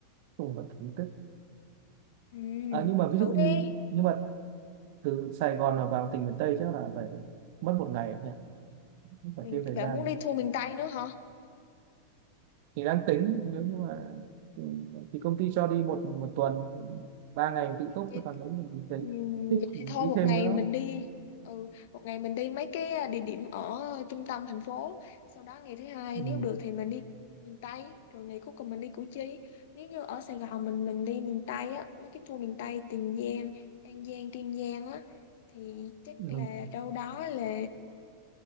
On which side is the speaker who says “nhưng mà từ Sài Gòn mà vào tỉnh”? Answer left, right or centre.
Right